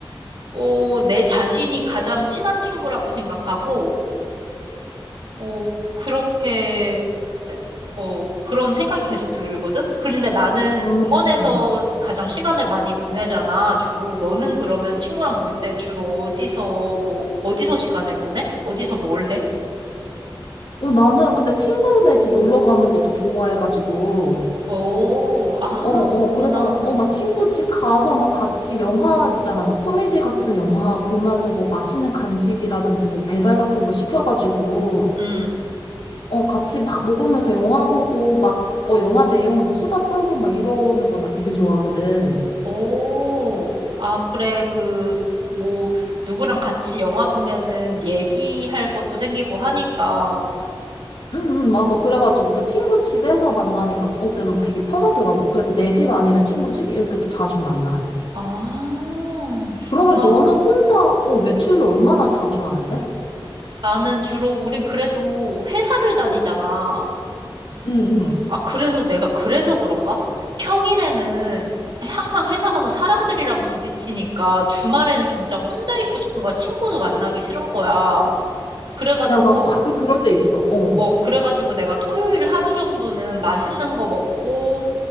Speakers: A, on the right (about 65°); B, on the left (about 70°).
A: 어, 내 자신이 가장 친한 친구라고 생각하고, 어, 그렇게, 어, 그런 생각이 계속 들거든? 그런데 나는
B: 음.
A: 공원에서 가장 시간을 많이 보내잖아, 주로. 너는 그러면 친구랑 놀 때 주로 어디서, 뭐, 어디서 시간을 보내? 어디서 뭘 해?
B: 어, 나는 근데 친구네 집 놀러 가는 것도 좋아해가지고.
A: 오, 아,
B: 어, 어,
A: 그렇구나.
B: 그래서, 어, 막 친구 집 가서 막 같이 영화 있잖아. 막 코미디 같은 영화 보면서 뭐 맛있는 간식이라든지 뭐 배달 같은 거 시켜가지고,
A: 음,
B: 어, 같이 막 먹으면서 영화 보고 막, 어, 영화 내용 막 수다 떨고 막 이러는 거 나 되게 좋아하거든.
A: 오, 아, 그래, 그, 뭐, 누구랑 같이 영화 보면은 얘기할 것도 생기고 하니까.
B: 응, 응, 맞아. 그래가지고 또 친구 집에서 만나니까, 어, 때는 되게 편하더라고. 그래서 내 집 아니면 친구 집? 이렇게 또 자주 만나.
A: 아, 좋다.
B: 그러면 너는 혼자, 어, 외출을 얼마나 자주 하는데?
A: 나는 주로, 우린 그래도 회사를 다니잖아.
B: 응, 응.
A: 아, 그래서 내가 그래서 그런가? 평일에는 항상 회사 가서 사람들이랑 부딪히니까 주말에는 진짜 혼자 있고 싶은 거야. 친구도 만나기 싫은 거야. 그래가지고,
B: 야, 나도 가끔 그럴 때 있어. 어.
A: 어, 그래가지고 내가 토요일 하루 정도는 맛있는 거 먹고,